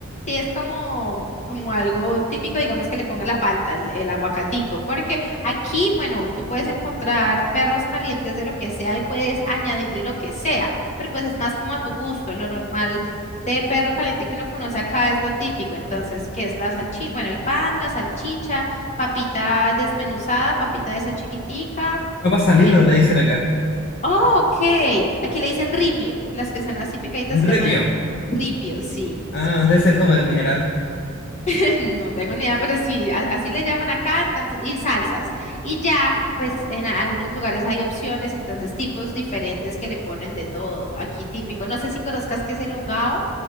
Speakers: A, on the left; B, on the left.
A: sí es como, como algo típico, digamos que le pongan la palta, el, el aguacatico, porque aquí, bueno, tú puedes encontrar perros calientes de lo que sea y puedes añadirle lo que sea, pero pues es más como a tu gusto, lo normal de perro caliente que uno conoce acá es lo típico, entonces, ¿qué es la salchicha? Bueno, el pan, la salchicha, papita desmenuzada, papita de esa chiquitica.
B: Papa salilo,
A: eh,
B: le dicen acá.
A: Oh, ok. Aquí le dicen ripio. Las que son así picaditas se llaman
B: Repio.
A: ripio. Sí,
B: Ah,
A: sí, sí.
B: debe ser como el mineral.
A: <laughs> No tengo ni idea, pero sí, a- así le llaman acá, entonces, y salsas. Y ya, pues en a- algunos lugares hay opciones, entonces tipos diferentes que le ponen de todo. Aquí típico, no sé si conozcas qué es el hogao,